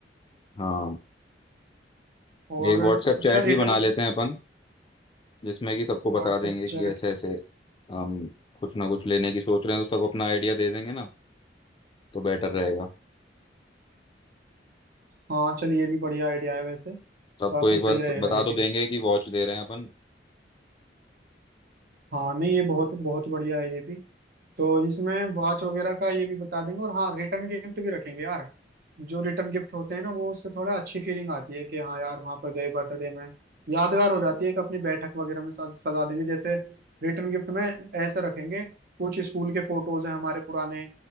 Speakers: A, on the left; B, on the right.
A: हाँ
B: और
A: एक व्हाट्सएप
B: अच्छा
A: चैट
B: रिटर्न
A: भी बना लेते हैं अपन जिसमें कि सबको
B: व्हाट्सएप
A: बता देंगे
B: चैट
A: कि ऐसे ऐसे हम कुछ ना कुछ लेने की सोच रहे हैं तो सब अपना आइडिया दे देंगे ना तो बेटर रहेगा
B: हाँ चलिए ये भी बढ़िया आइडिया है वैसे
A: सबको
B: काफी
A: एक
B: सही
A: बार
B: रहेगा
A: बता
B: ये भी
A: तो देंगे कि वॉच दे रहे हैं अपन
B: हाँ नहीं ये बहुत बहुत बढ़िया है ये भी तो इसमें वॉच वगैरह का ये भी बता देंगे और हाँ रिटर्न गिफ्ट भी रखेंगे यार जो रिटर्न गिफ्ट होते हैं ना वो उससे थोड़ा अच्छी फीलिंग आती है कि हाँ यार वहां पर गए बर्थडे में यादगार हो जाती है कि अपनी बैठक वगैरह में सज- सजा देंगे जैसे रिटर्न गिफ्ट में ऐसे रखेंगे कुछ स्कूल के फोटोज हैं हमारे पुराने